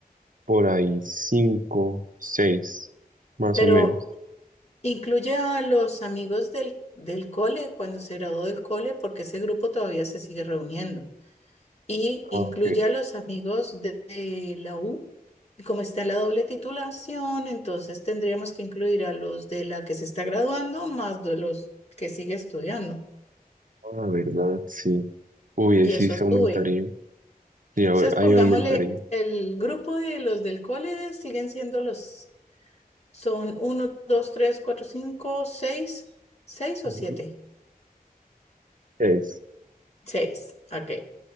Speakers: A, on the right (about 60°); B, on the left (about 45°).
A: por ahí cinco, seis, más
B: Pero
A: o menos.
B: incluye a los amigos del, del cole, cuando se graduó del cole, porque ese grupo todavía se sigue reuniendo. Y incluye
A: Ah, ok.
B: a los amigos de, de la U. Y como está la doble titulación, entonces tendríamos que incluir a los de la que se está graduando más de los que sigue estudiando.
A: Ah, verdad, sí. Uy, ahí
B: Y
A: sí
B: eso
A: se aumentaría.
B: sube.
A: Sí, ahora
B: Entonces,
A: ahí
B: pongámosle,
A: aumentaría.
B: el grupo de los del cole siguen siendo los, son uno dos tres cuatro cinco seis 6
A: Ujú.
B: o siete
A: Seis.
B: 6. ok.